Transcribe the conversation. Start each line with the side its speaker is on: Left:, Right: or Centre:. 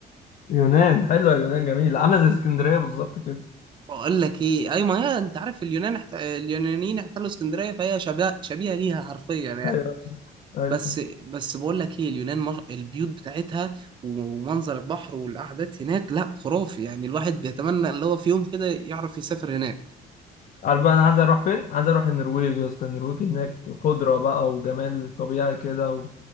Left: يونان حلوة اليونان جميلة عاملة زي اسكندرية بالظبط كده
Right: بقول لك ايه اي ما هي انت عارف اليونان احت... اليونانيين احتلوا اسكندريه فهي شبه... شبيهه ليها حرفيا يعني.
Left: ايوه ايوه
Right: بس
Left: صح
Right: بس بقول لك ايه اليونان مش... البيوت بتاعتها ومنظر البحر والقعدات هناك لا خرافي يعني الواحد بيتمنى اللي هو في يوم كده يعرف يسافر هناك
Left: عارف بقى انا عايز اروح فين عايز اروح النرويج يا اسطى النرويج هناك خضرة بقى وجمال طبيعي كده